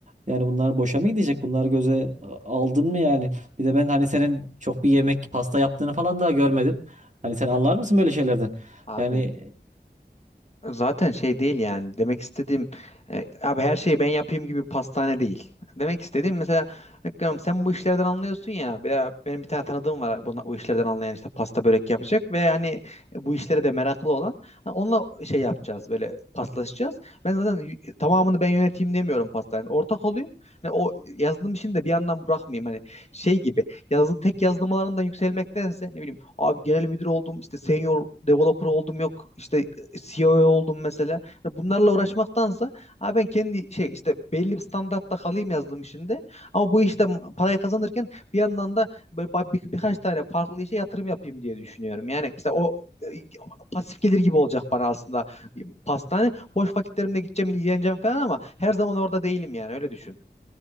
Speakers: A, on the right (about 45°); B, on the left (about 40°).
A: Yani bunlar boşa mı gidecek? Bunları göze e, aldın mı yani? Bir de ben hani senin çok bir yemek pasta yaptığını falan daha görmedim. Hani sen anlar mısın böyle şeylerden?
B: Abi
A: Yani
B: Zaten şey değil yani demek istediğim e, abi her şeyi ben yapayım gibi pastane değil. Demek istediğim mesela Hakkı'm sen bu işlerden anlıyorsun ya veya benim bir tane tanıdığım var buna, bu işlerden anlayan işte pasta börek yapacak ve hani bu işlere de meraklı olan Ha, onunla şey yapacağız böyle paslaşacağız. Ben zaten y- tamamını ben yöneteyim demiyorum pastanede ortak olayım. Hani o yazılım işini de bir yandan bırakmayayım hani şey gibi yazılım tek yazılım alanından yükselmektense ne bileyim abi genel müdür oldum işte senior developer oldum yok işte CEO oldum mesela. Hani bunlarla uğraşmaktansa ha ben kendi şey işte belli bir standartta kalayım yazılım işinde. Ama bu işte parayı kazanırken bir yandan da böyle ba- bir, birkaç tane farklı işe yatırım yapayım diye düşünüyorum. Yani mesela o e, pasif gelir gibi olacak bana aslında e, pastane. Boş vakitlerimde gideceğim ilgileneceğim falan ama her zaman orada değilim yani öyle düşün.